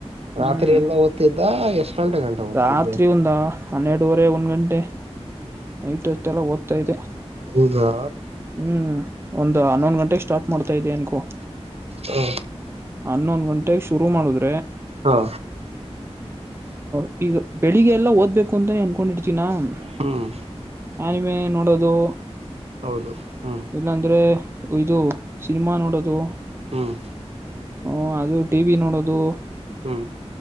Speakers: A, on the right; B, on the right.
A: ಹ್ಮ್
B: ರಾತ್ರಿ ಎಲ್ಲ ಓದ್ತಿದ್ದ? ಎಷ್ಟ್ ಗಂಟೆ ಗಂಟ ಓದ್ತಿದ್ದೆ
A: ರಾತ್ರಿ ಒಂದ ಹನ್ನೆರಡುವರೆ ಒಂದ್ ಗಂಟೆ ನೈಟು. ಮತ್ತೆಲ್ಲ ಓದ್ತಾ ಇದೆ
B: ಹೌದಾ
A: ಹ್ಮ್ ಒಂದ್ ಹನ್ನೊಂದು ಗಂಟೆಗೆ ಸ್ಟಾರ್ಟ್ ಮಾಡ್ತಾ ಇದ್ದೆ ಅನ್ಕೂ
B: ಹ
A: ಹನ್ನೊಂದ್ ಘಂಟೆಗ್ ಶು ಅ
B: ಹಾ
A: ಹ ಈಗ ಬೆಳಿಗ್ಗೆ ಎಲ್ಲಾ ಓದ್ಬೇಕು ಅಂತಾನೇ ಅನ್ಕೊಂಡಿರ್ತೀನ <unintelligible>
B: ಹ್ಮ್
A: ನೋಡೋದು.
B: ಹೌದು ಹ್ಮ್
A: ಇಲ್ಲಾಂದ್ರೆ ಇದು ಸಿನಿಮಾ ನೋಡೋದು.
B: ಹ್ಮ್
A: ಹ ಅದು ಟಿ ವಿ ನೋಡೋದು.
B: ಹ್ಮ್